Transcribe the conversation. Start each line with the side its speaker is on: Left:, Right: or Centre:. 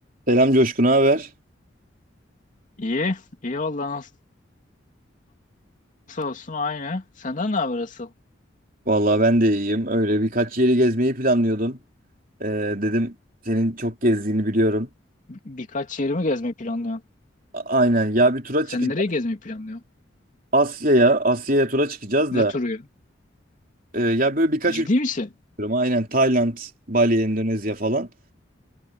Right: Selam Coşkun, haber?
Left: İyi, iyi valla nasıl, nasıl olsun aynı. Senden ne haber asıl?
Right: Vallahi ben de iyiyim. Öyle birkaç yeri gezmeyi planlıyordum. Ee, dedim senin çok gezdiğini biliyorum.
Left: Birkaç yerimi gezmeyi planlıyorum.
Right: A- Aynen. Ya bir tura
Left: Sen
Right: çıkacağız.
Left: nereye gezmeyi planlıyorsun?
Right: Asya'ya, Asya'ya tura çıkacağız
Left: Ne
Right: da
Left: turu ya?
Right: e, ya böyle birkaç
Left: Ciddi
Right: ülke
Left: misin?
Right: istiyorum. Aynen Tayland, Bali, Endonezya falan.